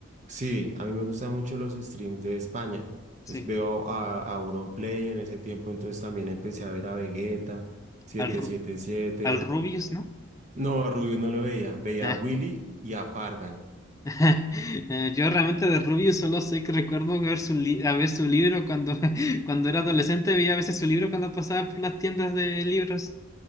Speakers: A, on the right (about 35°); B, on the left (about 15°).
A: Sí, a mí me gustan mucho los streams de España.
B: Sí.
A: Es, veo a, a Auronplay en ese tiempo, entonces también empecé a ver a Vegeta, siete,
B: Al, Ru-
A: siete, siete.
B: al Rubius, ¿no?
A: No, a Rubio no lo veía. Veía
B: Ah,
A: a Willy y a Fargan.
B: <laughs> eh, Yo realmente de Rubius solo sé que recuerdo ver su, li- a ver su libro cuando, <laughs> cuando era adolescente, veía a veces su libro cuando pasaba por las tiendas de libros.